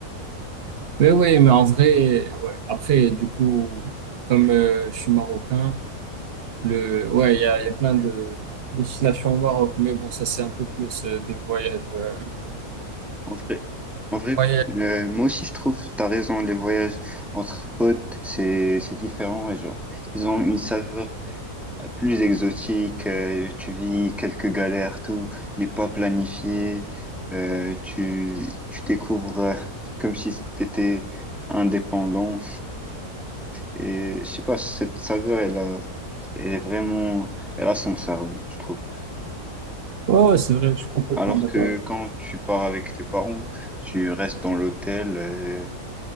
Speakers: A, on the right; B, in the centre.
A: Mais oui, mais en vrai, ouais. Après, du coup, comme euh, je suis marocain, le, ouais, il y a, il y a plein de destinations au Maroc, mais bon, ça c'est un peu plus euh, des voyages. euh,
B: En vrai, en vrai,
A: voyages.
B: euh, moi aussi je trouve, t'as raison, les voyages entre potes, c'est c'est différent et genre, ils ont une saveur plus exotique, euh, tu vis quelques galères, tout n'est pas planifié, euh, tu tu découvres euh, comme si t'étais indépendant et je sais pas, cette saveur elle a, elle est vraiment, elle a son charme, je trouve.
A: Ouais, ouais, c'est vrai, je suis complètement
B: Alors
A: d'accord.
B: que quand tu pars avec tes parents, tu restes dans l'hôtel. euh,